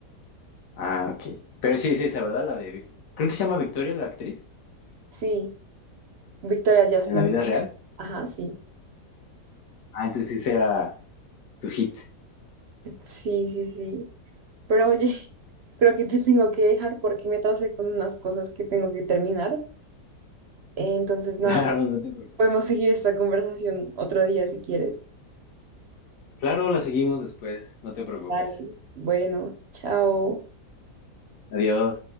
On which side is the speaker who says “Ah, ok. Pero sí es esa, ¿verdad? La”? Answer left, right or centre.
Left